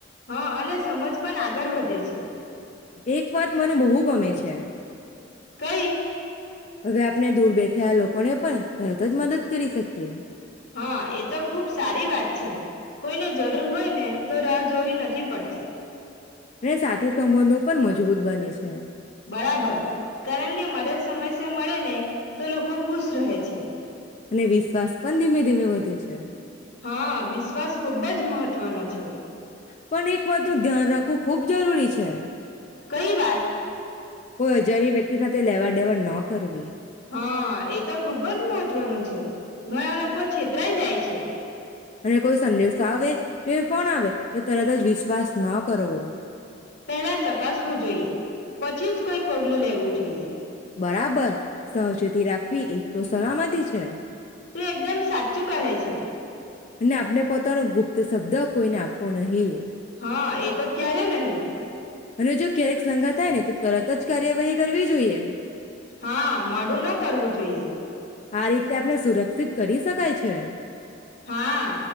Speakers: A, on the left; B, on the left.
A: હા, અને સમજ પણ આગળ વધે છે.
B: એક વાત મને બહુ ગમે છે
A: કઈ?
B: હવે આપણે દૂર બેઠેલા લોકોને પણ તરત જ મદદ કરી શકીએ.
A: હા, એ તો ખુબ સારી વાત છે. કોઈને જરૂર હોય ને તો રાહ જોવી નથી પડતી.
B: અને સાથી સંબંધો પણ મજબૂત બને છે. હ.
A: બરાબર કારણ કે મદદ સમયસર મળે ને તો લોકો ખુશ રહે છે.
B: અને વિશ્વાસ પણ ધીમે ધીમે વધે છે.
A: હા વિશ્વાસ ખુબ જ મહ તવ્ ના છે.
B: પણ એક વાતનું ધ્યાન રાખવું ખુબ જરૂરી છે.
A: કઈ વાત?
B: હો, જય્યારે વ્યક્તિ સાથે લેવા દેવાડ ન કરવી.
A: હા, એ તો ખુબ જ મહત્વનું છે. ઘણા લોકો છેતરાય જાય છે.
B: અને કોઈ સંદેશ આવે કે, ફોન આવે તો તરત જ વિશ્વાસ, ના કરવો.
A: પેલા ચકાસવું જોઈએ. પછી જ કોઈ પગલું લેવું જોઈએ.
B: બરાબર સાવચેતી રાખવી એજ તો સલામતી છે.
A: તું એકદમ સાચું કહે છે.
B: અને આપને પોતાનો ગુપ્ત શબ્દ કોઈને આપવો નહીં.
A: હા એ તો ક્યારે નહીં?
B: અને જો ક્યારેક સંગાત થાયને ત તરત જ કાર્યવાહી, કરવી જોઈએ
A: <inaudible> હા, મોડું ન કરવું જોઈએ.
B: આ રીતે <inaudible> કરી શકાય છે. <inaudible>
A: હા